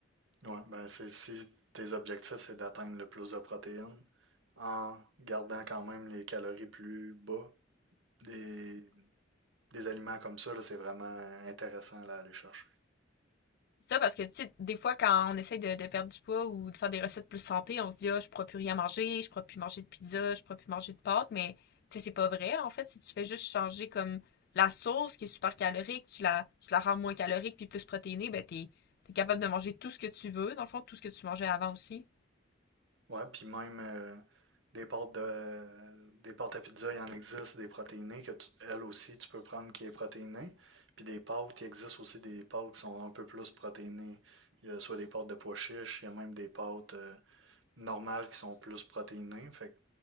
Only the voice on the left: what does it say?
C'est ça parce que, tu sais, des fois, quand on essaye de, de perdre du poids ou de faire des recettes plus santé, on se dit, ah, je pourrais plus rien manger, je pourrais plus manger de pizza, je pourrais plus manger de pâtes, mais, tu sais, c'est pas vrai, en fait. Si tu fais juste changer comme la sauce qui est super calorique, tu la, tu la rends moins calorique puis plus protéinée, ben, t'es, t'es capable de manger tout ce que tu veux, dans le fond, tout ce que tu mangeais avant aussi.